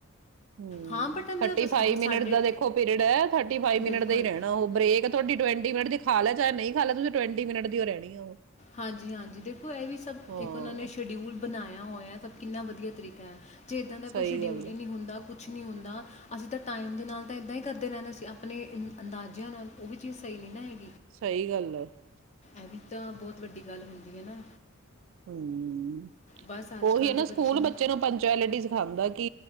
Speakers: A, on the right; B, on the left.
A: ਹੁੰ,
B: ਹਾਂ ਬਟ ਮਤਲਬ
A: ਥਟੀ
B: ਸ-
A: ਫਾਈਵ
B: ਆਹ
A: ਮਿੰਟ
B: ਸਾਡੇ
A: ਦਾ ਦੇਖੋ ਪੀਰੀਅਡਅ ਥਟੀ ਫਾਈਵ ਮਿੰਟ
B: ਬਿਲਕੁਲ
A: ਦਾ ਈ ਰੇਣਾ ਉਹ ਬ੍ਰੇਕ ਤੁਹਾਡੀ ਟਵੈਂਟੀ ਮਿੰਟ ਖਾ ਲੈ ਚਾਹੇ ਨਈ ਖਾ ਲੈ ਤੁਸੀਂ ਟਵੇਂਟੀ ਮਿਨਟ ਦੀ ਉ ਰੇਣੀ ਓ।
B: ਹਾਂਜੀ, ਹਾਂਜੀ ਦੇਖੋ ਇਹ ਵੀ ਸਭ
A: ਹਾਂ
B: ਇੱਕ ਉਹਨਾਂ ਨੇ ਸ਼ਡਿਊਲ ਬਣਾਇਆ ਨਾ ਹੋਇਆ ਸਭ ਕਿੰਨਾ ਵਧੀਆ ਤਰੀਕਾ ਏ। ਜੇ ਇੱਦਾਂ ਦਾ
A: ਸਹੀ
B: ਕੋਈ ਸ਼ਡਿਊਲ
A: ਗੱਲ ਹੈ
B: ਈ ਨੀ ਹੁੰਦਾ। ਕੁਛ ਨਹੀਂ ਹੁੰਦਾ, ਅਸੀਂ ਤਾਂ ਟਾਈਮ ਦੇ ਨਾਲ ਤਾਂ ਇੱਦਾਂ ਈ ਕਰਦੇ ਰੇਨਾ ਸੀ। ਆਪਣੇ ਅੰਦਾਜ਼ਿਆਂ ਨਾਲ ਉਹ ਵੀ ਚੀਜ਼ ਸਹੀ ਨਈ ਨਾ ਹੈਗੀ
A: ਸਹੀ ਗੱਲ ਏ।
B: ਇਹ ਵੀ ਤਾਂ ਬਹੁਤ ਵੱਡੀ ਗੱਲ ਹੁੰਦੀ ਹੈ ਨਾ
A: ਹਮ
B: ਬਸ ਅੱਜ-ਕੱਲ੍ਹ
A: ਉਹੀ ਹੈ ਨਾ
B: ਦੇ
A: ਸਕੂਲ
B: ਬੱਚਿਆਂ
A: ਬੱਚੇ ਨੂੰ ਪੰਚੁਲਿਟੀ ਸਿਖਾਉਂਦਾ ਕਿ